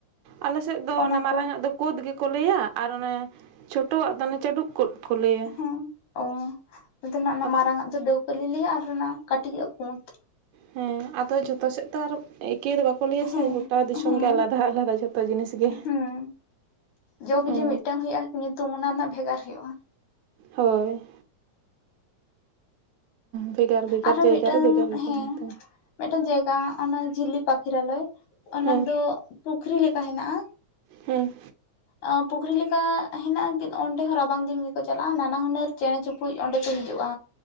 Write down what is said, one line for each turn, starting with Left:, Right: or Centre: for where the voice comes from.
Right: ᱟᱞᱮ ᱥᱮᱫ ᱫᱚ
Left: ᱚᱱᱟ
Right: ᱚᱱᱮ ᱢᱟᱨᱟᱝ
Left: ᱠᱚ
Right: ᱟᱜ ᱫᱚ ᱠᱳᱫᱽ ᱜᱮᱠᱚ ᱞᱟᱹᱭᱟ ᱟᱨ ᱚᱱᱮ ᱪᱷᱳᱴᱚᱣᱟᱜ ᱫᱚ ᱚᱱᱮ ᱪᱟᱹᱰᱩᱠ ᱠᱳᱫᱽ ᱠᱚ ᱞᱟᱹᱭᱟ᱾
Left: ᱚᱸ ᱚᱸ ᱟᱫᱚᱱᱟᱜ ᱚᱱᱟ
Right: ᱟᱫᱚ
Left: ᱢᱟᱨᱟᱝ ᱟᱜ ᱫᱚ ᱰᱟᱹᱣᱠᱟᱹ ᱞᱮ ᱞᱟᱹᱭᱟ ᱟᱨ ᱚᱱᱟ ᱠᱟᱹᱴᱤᱡᱟᱜ ᱠᱩᱸᱫᱽ᱾
Right: ᱦᱮᱸ ᱟᱫᱚ ᱡᱷᱚᱛᱚ ᱥᱮᱫ ᱫᱚ ᱟᱨ ᱮᱠᱮᱭ ᱫᱚ ᱵᱟᱠᱚ ᱵᱟᱠᱚ ᱞᱟᱹᱭᱟ
Left: ᱦᱮᱸ
Right: ᱥᱮ ᱜᱚᱴᱟ ᱫᱤᱥᱚᱢ
Left: ᱦᱮᱸ
Right: ᱜᱮ ᱟᱞᱟᱫᱟ ᱟᱞᱟᱫᱟ ᱡᱚᱛᱚ ᱡᱤᱱᱤᱥ ᱜᱮ᱾
Left: ᱦᱮᱸ ᱡᱚ ᱵᱤᱞᱤ
Right: ᱚ
Left: ᱢᱤᱫᱴᱟᱝ ᱦᱳᱭᱳᱜᱼᱟ, ᱧᱩᱛᱩᱢ ᱚᱱᱟ ᱨᱮᱱᱟᱜ ᱵᱷᱮᱜᱟᱨ ᱦᱩᱭᱩᱜᱼᱟ᱾
Right: ᱦᱳᱭ ᱵᱷᱮᱜᱟᱨ ᱵᱷᱮᱜᱟᱨ
Left: ᱟᱨᱦᱚᱸ
Right: ᱡᱟᱭᱜᱟ
Left: ᱢᱤᱫᱴᱟᱝ
Right: ᱨᱮ ᱵᱷᱮᱜᱟᱨ ᱵᱷᱮᱜᱟᱨ
Left: ᱦᱮᱸ
Right: ᱧᱩᱛᱩᱢ
Left: ᱢᱤᱫᱴᱟᱝ ᱡᱟᱭᱜᱟ ᱚᱱᱟ ᱡᱷᱤᱞᱞᱤ ᱯᱟᱠᱷᱤᱨᱟᱞᱚᱭ ᱚᱱᱟ
Right: ᱦᱮᱸ
Left: ᱫᱚ ᱯᱩᱠᱷᱨᱤ ᱞᱮᱠᱟ ᱦᱮᱱᱟᱜᱼᱟ᱾
Right: ᱦᱮᱸ
Left: ᱟ ᱯᱩᱠᱷᱨᱤ ᱞᱮᱠᱟ ᱦᱮᱱᱟᱜᱼᱟ ᱠᱤ ᱚᱸᱰᱮ ᱦᱚᱸ ᱨᱟᱵᱟᱝ ᱫᱤᱱ ᱜᱮᱠᱚ ᱪᱟᱞᱟᱜᱼᱟ᱾ ᱱᱟᱱᱟ ᱦᱩᱱᱟᱹᱨ ᱪᱮᱬᱮ ᱪᱩᱯ ᱯᱩᱡ ᱚᱸᱰᱮ ᱠᱚ ᱦᱤᱡᱩᱜᱼᱟ᱾